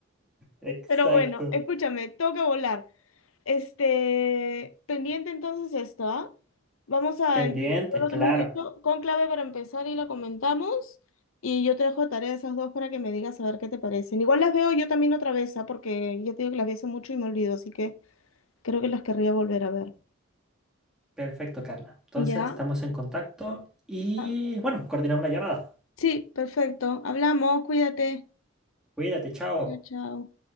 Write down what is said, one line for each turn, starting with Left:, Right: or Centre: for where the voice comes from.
Centre: <laughs> Exacto.
Left: Pero bueno, escúchame, tengo que volar. Este, pendiente entonces esto, ¿ah? Vamos a
Centre: Pendiente,
Left: incorporar lo
Centre: claro.
Left: que hemos dicho, con conclave para empezar y la comentamos. Y yo te dejo de tarea esas dos para que me digas a ver qué te parecen. Igual las veo yo también otra vez, ¿ah? Porque yo te digo que las vi hace mucho y me olvido, así que creo que las querría volver a ver.
Centre: Perfecto, Carla. Entonces
Left: ¿Ya?
Centre: estamos en contacto y
Left: Ah,
Centre: bueno, coordinamos la llamada.
Left: sí, perfecto. Hablamos, cuídate.
Centre: Cuídate, chao.
Left: Chao, chao.